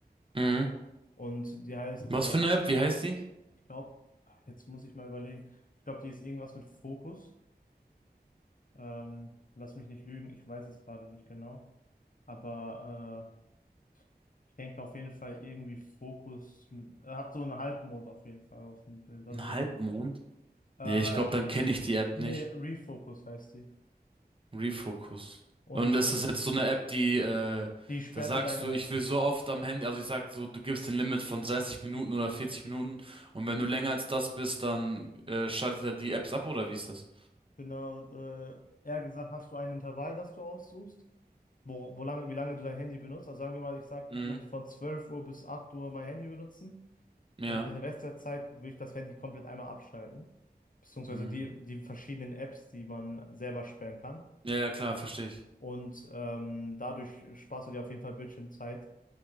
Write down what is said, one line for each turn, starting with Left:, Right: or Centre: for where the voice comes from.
Right: Mhm.
Left: und die heißt,
Right: Was
Left: äh,
Right: für eine App? Wie heißt die?
Left: ich glaube, jetzt muss ich mal überlegen, ich glaube, die ist irgendwas mit Fokus. Ähm, lass mich nicht lügen, ich weiß es gerade nicht genau. Aber äh, ich denke auf jeden Fall irgendwie Fokus mit, er hat so einen Halbmond auf jeden Fall auf dem Bild. Also
Right: Ein
Left: so
Right: Halbmond?
Left: ein äh,
Right: Nee, ich glaube, dann kenne ich die App
Left: Nee,
Right: nicht.
Left: Refocus heißt die.
Right: Refocus.
Left: Und
Right: Und ist das jetzt so eine App, die, äh,
Left: die sperrt
Right: da sagst
Left: dir deine,
Right: du, ich will so oft am Handy, also ich sag so, du gibst den Limit von 30 Minuten oder 40 Minuten und wenn du länger als das bist, dann äh, schaltet er die Apps ab oder wie ist das?
Left: genau, äh, eher gesagt, hast du ein Intervall, das du aussuchst, wo, wo lange, wie lange du dein Handy benutzt. Also sagen wir mal, ich sage,
Right: Mhm.
Left: ich möchte von 12 Uhr bis 8 Uhr mein Handy benutzen
Right: Ja.
Left: und den Rest der Zeit will ich das Handy komplett einmal abschalten. Beziehungsweise
Right: Mhm.
Left: die, die verschiedenen Apps, die man selber sperren kann.
Right: Ja, ja, klar, verstehe ich.
Left: Und ähm, dadurch sparst du dir auf jeden Fall Bildschirmzeit.